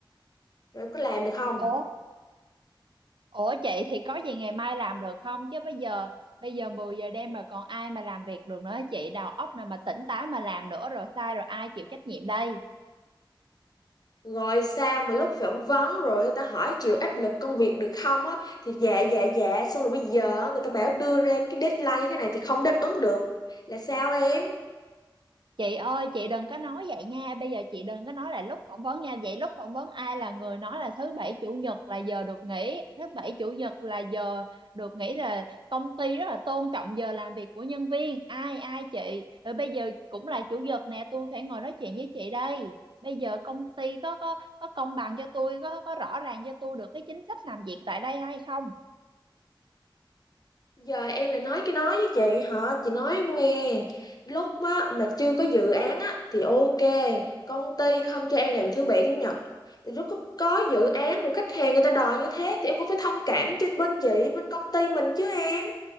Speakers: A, on the left; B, on the right.
A: rồi có làm được không
B: Ủa Ủa chị thì có gì ngày mai làm được không? Chứ bây giờ bây giờ 10 giờ đêm mà còn ai mà làm việc được nữa chị? Đầu óc nào mà tỉnh táo mà làm nữa rồi sai rồi ai chịu trách nhiệm đây?
A: rồi sao mà lúc phỏng vấn rồi người ta hỏi chịu áp lực công việc được không á thì dạ dạ dạ xong rồi bây giờ người ta bảo đưa ra cái deadline như thế này thì không đáp ứng được là sao em
B: chị ơi chị đừng có nói vậy nha bây giờ chị đừng có nói là lúc phỏng vấn nha vậy lúc phỏng vấn ai là người nói là thứ bảy chủ nhật là giờ được nghỉ thứ bảy chủ nhật là giờ được nghỉ là công ty rất là tôn trọng giờ làm việc của nhân viên ai ai chị rồi bây giờ cũng là chủ nhật nè tôi phải ngồi nói chuyện với chị đây bây giờ công ty có có có công bằng cho tôi có có rõ ràng cho tôi được cái chính sách làm việc tại đây hay không
A: giờ em lại nói cái nói với chị hả chị nói em nghe lúc mà mà chưa có dự án á thì ok công ty không cho em làm thứ bảy chủ nhật thì lúc có, có dự án rồi khách hàng người ta đòi như thế thì em cũng phải thông cảm cho bên chị bên công ty mình chứ em